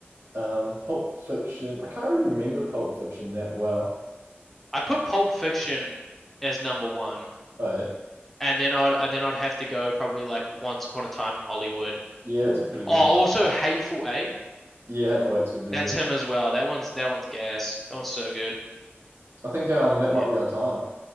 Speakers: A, on the right (about 85°); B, in the centre.
A: Um, Pulp Fiction. I can't really remember Pulp Fiction that well.
B: I put Pulp Fiction as number one,
A: Oh,
B: and then I'd and then I'd have to go probably like Once Upon a Time in Hollywood
A: yeah, it's a pretty good
B: Oh, also
A: one.
B: Hateful Eight.
A: Yeah, Hateful Eight's a good movie.
B: That's him as well. That one's that one's gas. That one's so good.
A: I think um that might
B: Yeah.
A: be our time.